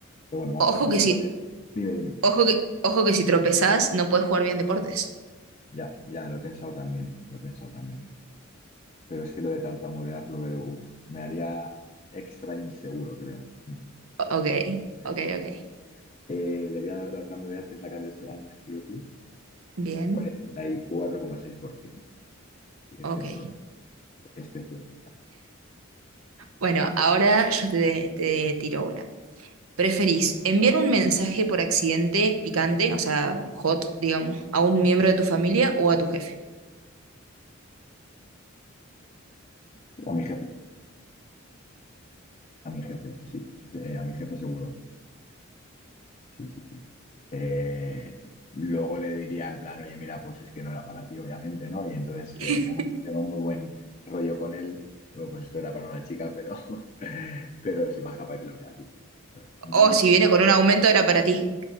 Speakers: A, on the left; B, on the right.
A: Pero bueno, vamos
B: Ojo
A: a, voy
B: que
A: a
B: si,
A: poner... Dime, dime.
B: ojo que, ojo que si tropezás, no puedes jugar bien deportes.
A: Ya, ya, lo he pensado también, lo he pensado también. Pero es que lo de tartamudear, lo de, uf, me haría extra inseguro, creo. Mm,
B: O- Ok,
A: Extra.
B: ok, ok.
A: Eh, le voy a dar tartamudear, que es la que has elegido tú,
B: Bien.
A: cuarenta y cuatro coma seis por ciento, Sigue
B: Ok.
A: siendo especial.
B: Bueno, ahora yo te, te tiro una. ¿Preferís enviar un mensaje por accidente picante, o sea, hot, digamos, a un miembro de tu familia o a tu jefe?
A: O a mi jefe, a mi jefe, sí, sí, eh, a mi jefe seguro. Sí, sí, sí. Eh, luego le diría en plan, oye, mira, pues es que no era para ti, obviamente, ¿no? Y entonces
B: <laughs>
A: eh, tengo, tengo muy buen rollo con él. Digo, pues esto era para una chica, pero, <laughs> pero soy más capaz y te lo envío a ti. ¿sabes? En cambio,
B: O si
A: no.
B: viene con un aumento era para ti.